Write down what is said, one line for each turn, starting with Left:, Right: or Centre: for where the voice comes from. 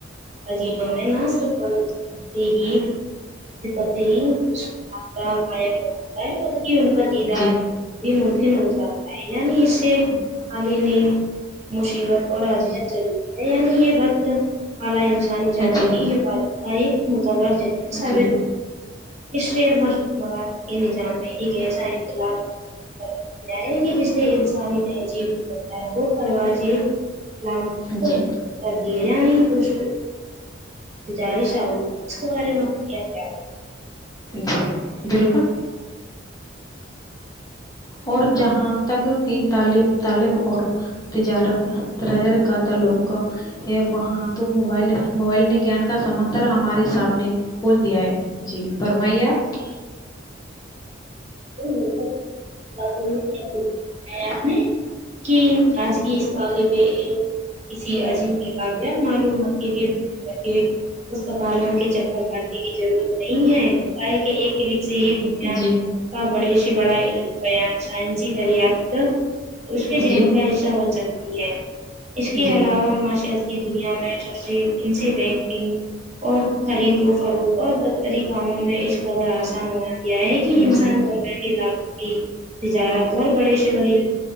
Right: عزیزوں میں <unintelligible> نسٹالتے ہی پتے ہی نہیں رابطہ قائم ہو جاتا ہے ان کی دیدار
Left: جی
Right: بھی ممکن ہو جاتا ہے یعنی اس سے
Left: جچ <unintelligible>
Right: والے نے مصیبت اور اذیت ضروری ہے یعنی یہ وقت اعلی انسانی جانوں
Left: جی
Right: کی حفاظت کا ایک متوار ذریعہ ثابت
Left: جی
Right: ہو عشرہ مبشرہ کے نظام میں ایک ایسا انقلاب کیا ہے کہ جس نے انسانی تہذیب کی کرتا ہے وہ پروازیں ل
Left: جی
Right: کر دی ہے یعنی اس بارش آرہی اس کے بارے میں آپ کا کیا خیال ہے
Left: جی بالکل اور جہاں تک کہ تعلیم تعلیم اور تجارت تجارت کا تعلق تھا ہے وہاں تو موبائل موبائل نے گیان کا سمندر ہمارے سامنے کھول دیا ہے جی فرمائیے آپ
Right: وہ <unintelligible> ب کیا آپ نے کہ آج کی اس طالب علم میں کسی عظیم کتاب کی معلومات لیے پکالوں کے چر <unintelligible> اور بتانے کی ضرورت نہیں ہے بلکہ ایک کلک سے ہی دنیا
Left: جی
Right: کا بڑے سے بڑا علم بیان سینزی دریافت اس کے ذہن
Left: جی
Right: کا حصہ بن سکتی ہے اس کے
Left: جی
Right: علاوہ
Left: جی
Right: معاشیات کی دنیا میں سب سے ان سے بینکنگ اور خرید و فروخ اور دفتری کاموں میں اس کا آسان ہو یہ ہے کہ
Left: جی
Right: انسان گھر بیٹھے لاکھوں کی تجارت اور بڑے سے بڑے